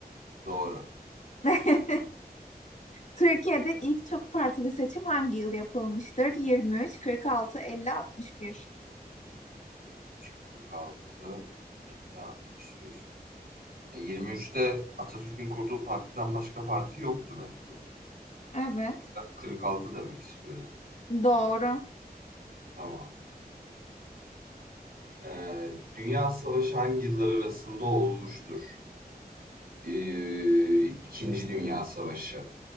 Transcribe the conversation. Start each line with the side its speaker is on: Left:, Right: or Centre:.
Right: Doğru.
Left: <laughs> Türkiye'de ilk çok partili seçim hangi yıl yapılmıştır? 23, 46, 50, 61.
Right: 23, 46, 50, 61. E, 23'te Atatürk'ün kurduğu partiden başka parti yoktu belki.
Left: Evet.
Right: Ben 46 demek istiyorum.
Left: Doğru.
Right: Tamam. Ee, Dünya Savaşı hangi yıllar arasında olmuştur? Eee, İkinci Dünya Savaşı.